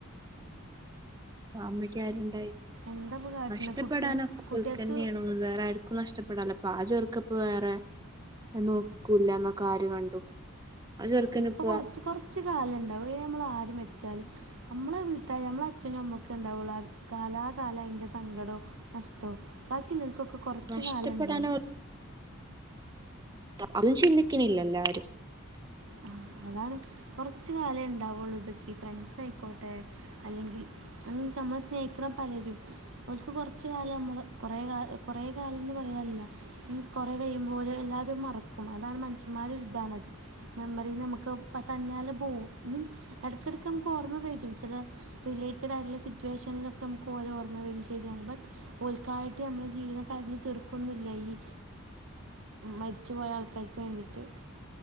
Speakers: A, on the right; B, on the right.
A: ആമ്മളിക്ക ആരുണ്ടായി
B: എന്താ ഇപ്പോൾ കാട്ടുന്നത്
A: നഷ്ടപ്പെടാനൊക്കെ
B: കുട്ടിയ കുട്ടികൾക്ക്
A: വേറെ ആർക്കും നഷ്ടപ്പെടല്ലോ അതോക്ക് ഇപ്പൊ വേറെ നോക്കൂല്ല എന്നൊക്കെ ആര് കണ്ടു ആ ചെറുക്കന്
B: ഇപ്പൊ
A: ഇപ്പോ
B: കൊറച്ച് കൊറച്ച് കാര്യംണ്ടാവും നമ്മൾ ആര് മരിച്ചാലും നമ്മളെ വീട്ട നമ്മളെ അച്ഛനും അമ്മക്ക ഉണ്ടാവുള്ളൂ കാലാകാലം അതിറെ സങ്കടവും നഷ്ടോ- ബാക്കിുള്ളക്കൊക്കെ കൊറച്ച
A: നഷ്ടപ്പെടാൻ
B: കാലം എണ്ടാവും
A: അതും ചിന്തിക്കണില്ല എല്ലാരും
B: ആ അതാണ് കുറച്ച കാലം ഉണ്ടാവുള്ളൂ ഇതൊക്കെ ഫ്രണ്ട്സ് ആയിക്കോട്ടെ അല്ലെങ്കിൽ നമ്മള് സ്നേഹിക്കണം പലരും അവർക്ക് കുറച്ച കാലം നമ്മള് കൊറ കുറേ കാലംന്ന് പറയാനില്ല കൊറെ കഴിയുമ്പോലെ എല്ലാവരും മറക്കും അതാണ് മനുഷ്യന്മാരതാണത് മെമ്മറി നമുക്ക്- ഇപ്പൊ തന്നെ പോകും മീൻസ് ഇടക്കിടക്ക് നമുക്ക് ഓർമ്മ കറ്റും ചില റിലേറ്റഡ് ആള്ള സിറ്റുവേഷനിലൊക്കെ നമുക്ക് ഓലെ ഓർമ്മ വ ശരിയാണ് ബട്ട് ഒൾക്കായിട്ട് നമ്മുടെ ജീവിതം കരിഞ്ഞ് തീർക്കുന്നില്ല ഈ
A: <inaudible>
B: മരിച്ചു പോയ ആൾക്കാർക്ക് വേണ്ടിട്ട്